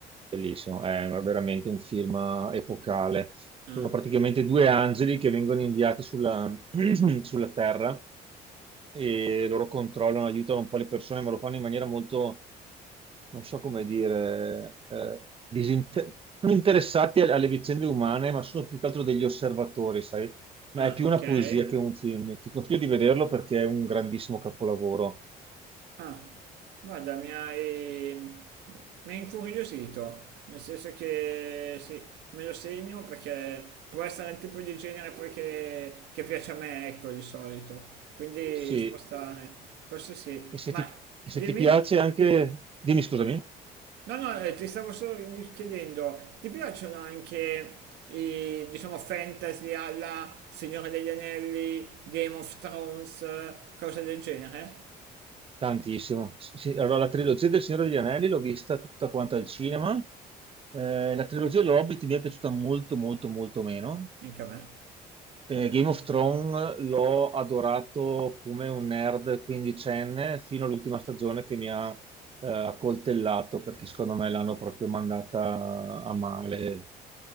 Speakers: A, on the right; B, on the right.
A: bellissimo, è veramente un film epocale.
B: Ah,
A: Sono praticamente due angeli che vengono inviati sulla <clears throat> sulla Terra e loro controllano, aiutano un po' le persone, ma lo fanno in maniera molto, non so come dire, eh, disinter- sono interessati alle alle vicende umane, ma sono più che altro degli osservatori, sai? Ma
B: ah,
A: è più
B: okay.
A: una poesia che un film. Ti consiglio di vederlo perché è un grandissimo capolavoro.
B: Ah, guarda mi hai mi hai incuriosito, nel senso che sì, me lo segno perché può essere il tipo di genere poi che che piace a me, ecco, di solito. Quindi
A: Sì,
B: ci può stare. Questo sì.
A: e se
B: Ma
A: ti, e
B: dimmi?
A: se ti piace anche... Dimmi, scusami.
B: No, no, eh, ti stavo solo chiedendo, ti piacciono anche i, diciamo, fantasy alla Signore degli Anelli, Game of Thrones, eh, cose del genere?
A: Tantissimo. Sì, allora la trilogia del Signore degli Anelli l'ho vista tutta quanta al cinema. Eh, la trilogia dell'Hobbit mi è piaciuta molto, molto, molto meno.
B: Anche a me,
A: Eh, Game of Thrones l'ho adorato come un nerd quindicenne fino all'ultima stagione che mi ha eh, accoltellato perché secondo me l'hanno proprio mandata a male.